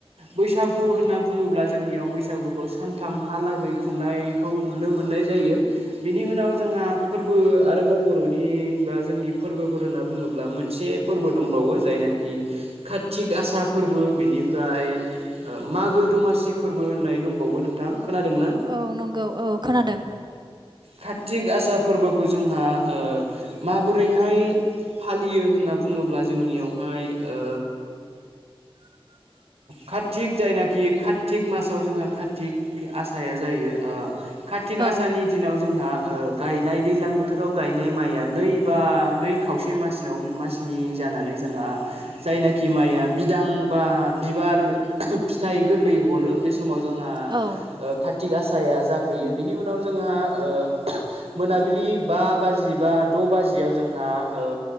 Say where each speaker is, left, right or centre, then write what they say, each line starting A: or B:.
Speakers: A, on the right; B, on the right.
A: बैसागु होनना बुङोब्ला जोंनियाव बैसागुखौ सानथाम थाम हालागै खुंनायखौ नुनो मोननाय जायो। बिनि उनाव जोंहा
B: औ
A: फोरबो आरोबाव बर'नि बा जोंनि फोरबोफोर होनना बुङोब्ला मोनसे फोरबो दंबावो जायनाखि कातिक आसा फोरबो फोरबो बेनिफ्राय मागो दमासि फोरबो होननाय दंबावो नोंथां खोनादों ना?
B: औ नंगौ औ खोनादों
A: कारतिक आसा फोरबोखौ जोंहा ओ माबोरैहाय फालियो होनना बुङोब्ला जोंनियावहाय ओ
B: <inaudible>
A: कारतिक जायनाखि कारतिक मासाव जोंहा कारतिक आसाया जायो ओ कार्तिक
B: औ
A: आसानि दिनाव जोंहा ओ गायनाय दैज्लां बोथोराव गायनाय माइया नै बा नै खावसे मासाव मासनि जा जानानै जोंहा जायनाखि माइया बिदां बा बिबार फिथाइ गोरलै हरो बे समाव जोंहा
B: औ
A: ओ खाथ थिग आसाया जाफैयो बिनि उनाव जोंहा ओ मोनाबिलि बा बाजि बा द' बाजियाव जोंहा ओ